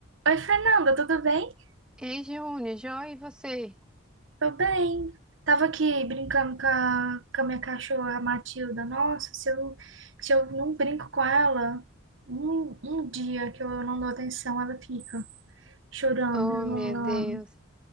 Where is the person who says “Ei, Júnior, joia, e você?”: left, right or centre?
Centre